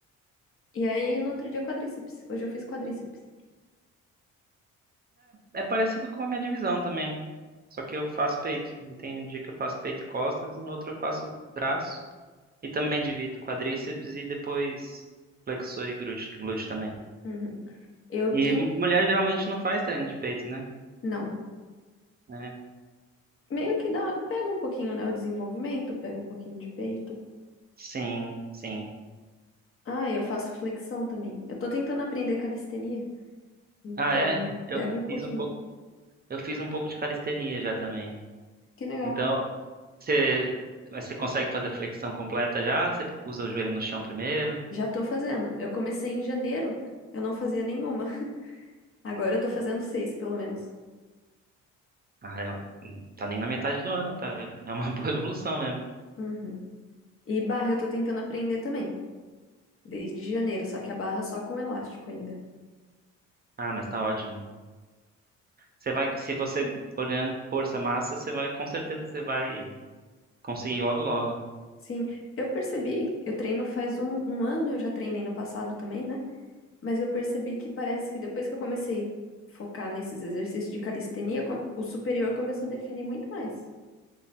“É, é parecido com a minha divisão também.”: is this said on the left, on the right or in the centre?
Right